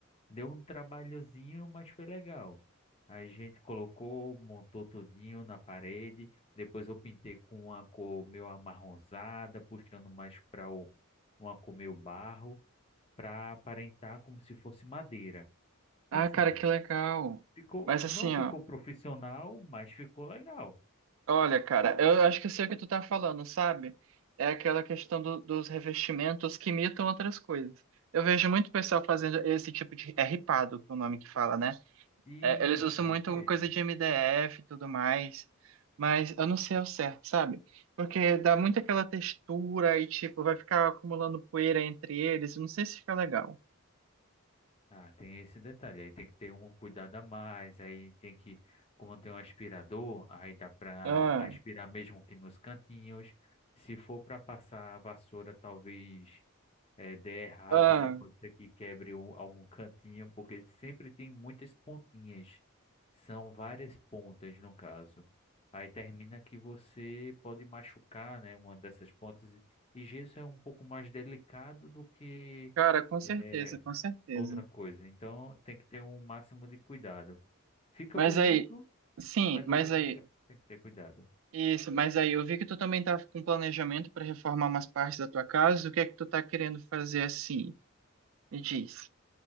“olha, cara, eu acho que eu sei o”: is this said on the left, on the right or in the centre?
Right